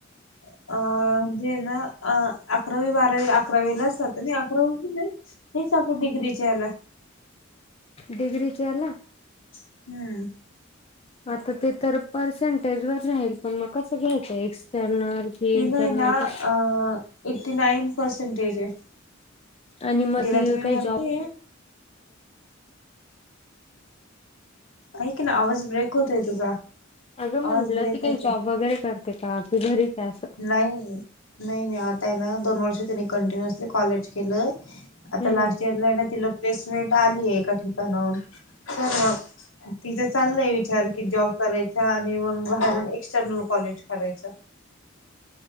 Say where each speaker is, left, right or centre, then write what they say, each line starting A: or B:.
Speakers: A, on the left; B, on the left.
A: अ म्हजे ना, अ अकरावी बारावी अकरावीलाचात नाही अकरावी हेच आपल्या डिग्री च्या याला
B: डिग्रीच्या याला?
A: हम्म
B: आता ते तर पर्सेंटेज वर राहील पण मग कसं घ्यायचं एक्सटर्नल? कि
A: तिनी
B: इंटरनल
A: ना
B: का
A: अ एटी नाईन पर्सेंटेज आहे.
B: आणि मग
A: तिला
B: ती
A: त मि
B: काही
A: म्हणते
B: जॉब
A: ऐक ना आवाज ब्रेक होतोय तुझा
B: अगं म्हटलं
A: आवाज ब्रेक
B: ती काही
A: होतोय
B: जॉब वगैरे करते? ते का? कि घरिच?
A: नाही नाही नाही आताय ना दोन वर्ष त्यांनी कंटिन्युअसली कॉलेज केलं. आता
B: हम्
A: लास्ट
B: हम.
A: इयरलांना तिला प्लेसमेंट आलीय एका ठिकाणाहून चल मग तिचं चाललंय विचार की जॉब करा ते आणि मग बाहेरनं एक्सटर्नल कॉलेज करायचं.